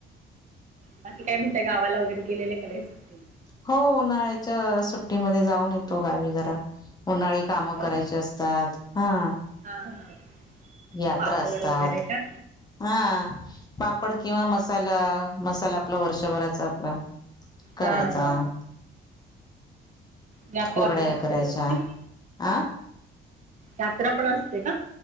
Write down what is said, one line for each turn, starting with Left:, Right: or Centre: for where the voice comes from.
Right: बाकी काय म्हणताय गावाला वगैरे गेलेले का नाही सुट्टी
Left: हो उन्हाळायच्या सुट्टीमध्ये जाऊन येतो गावी जरा. उन्हाळी कामं
Right: हा का
Left: करायचे असतात हा.
Right: हा हा म्हणजे
Left: यात्रा
Right: पापड
Left: असतात
Right: वगैरे का
Left: <inaudible> हा. पापड किंवा मसाला, मसाला आपला वर्षभराचा आपला. करायचा.
Right: हा हा
Left: <inaudible>
Right: यात्रा
Left: कुरडया
Right: पण असते
Left: करायच्या
Right: का तुमची
Left: अ
Right: यात्रा पण असते का?